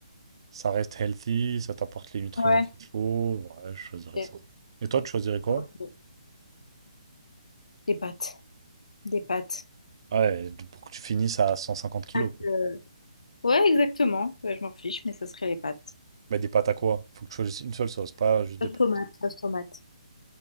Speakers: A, on the right; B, on the left.
A: ça reste healthy, ça t'apporte les nutriments
B: Ouais.
A: qu'il faut. Ouais, je choisirais
B: Ok.
A: ça. Et toi, tu choisirais quoi?
B: Ok. Des pâtes. Des pâtes.
A: Ouais, de- pour que tu finisses à 150 kilos.
B: Pâtes, euh, Ouais, exactement. Ouais, je m'en fiche, mais ça serait les pâtes.
A: Bah, des pâtes à quoi? Faut que tu choisisses une seule sauce, pas juste
B: sauce
A: des pâtes.
B: tomate, sauce tomate.